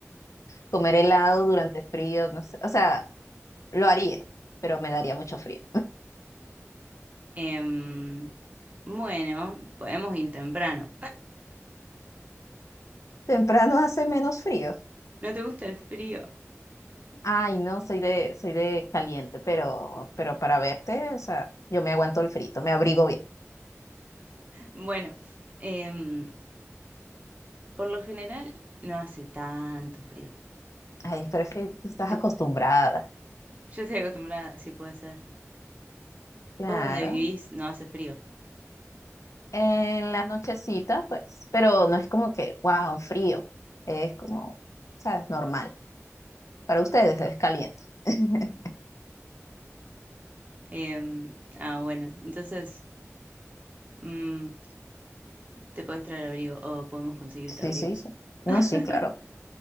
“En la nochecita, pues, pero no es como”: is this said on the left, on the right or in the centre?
Left